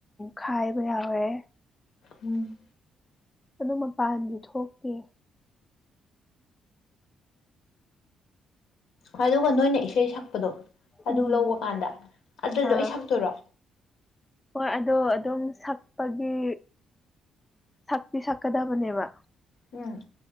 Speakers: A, on the left; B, on the left.
A: ꯈꯥꯏꯕ ꯌꯥꯎꯋꯦ
B: ꯎꯝ
A: ꯑꯗꯨ ꯃꯄꯥꯟꯗꯤ ꯊꯣꯛꯇꯦ
B: ꯣꯏ ꯑꯗꯨꯒ ꯅꯣꯏꯅ ꯏꯁꯩ ꯁꯛꯄꯗꯣ ꯑꯗꯨ
A: ꯎꯝ
B: ꯂꯧꯕ ꯀꯥꯟꯗ ꯑꯗꯨ
A: ꯑꯥ
B: ꯂꯣꯏ ꯁꯛꯇꯔꯣ
A: ꯍꯣꯏ ꯑꯗꯣ ꯑꯗꯨꯝ ꯁꯛꯄꯒꯤ ꯁꯛꯇꯤ ꯁꯛꯀꯗꯕꯅꯦꯕ
B: ꯎꯝ